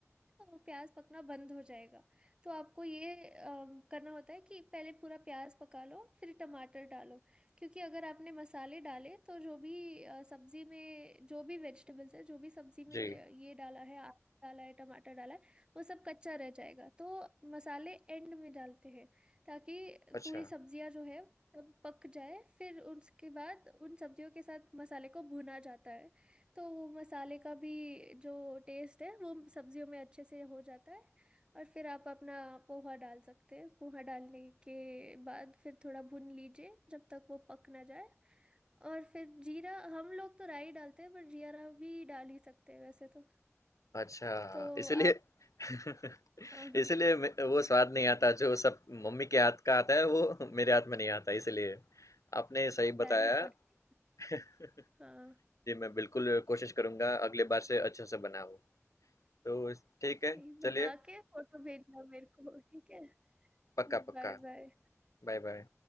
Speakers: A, on the right; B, on the left.
A: तो वो प्याज पकना बंद हो जाएगा तो आपको ये अम, करना होता है कि पहले पूरा प्याज पका लो फिर टमाटर डालो क्योंकि अगर आपने मसाले डाले तो जो भी अ, सब्जी में जो भी वेजिटेबल्स है जो भी सब्जी में
B: जी
A: अ, ये डाला है आलू डाला है टमाटर डाला है वो सब कच्चा रह जाएगा तो मसाले एंड में डालते हैं ताकि
B: अच्छा
A: पूरी सब्जियां जो है सब पक जाए फिर उसके बाद उन सब्जियों के साथ मसाले को भुना जाता है तो वो मसाले का भी जो टेस्ट है वो सब्जियों में अच्छे से हो जाता है और फिर आप अपना पोहा डाल सकते हैं पोहा डालने के बाद फिर थोड़ा भून लीजिए जब तक वो पक ना जाए और फिर जीरा हम लोग तो राई डालते हैं पर जीरा भी डाल ही सकते हैं वैसे तो
B: अच्छा
A: तो
B: इसलिए
A: आप
B: <laughs>
A: हाँ <laughs> हाँ,
B: इसलिए मे वो स्वाद नहीं आता जो सब मम्मी के हाथ का आता है वो मेरे हाथ में नहीं आता इसलिए। आपने सही
A: राई
B: बताया।
A: पड़ती है
B: <laughs>
A: हाँ
B: जी, मैं बिल्कुल कोशिश करूँगा अगली बार से अच्छे से बनाऊँ। तो ठीक है,
A: ठीक बना
B: चलिए
A: के फोटो भेजना मेरे को ठीक है तो
B: पक्का, पक्का।
A: बाय बाय
B: Bye, bye.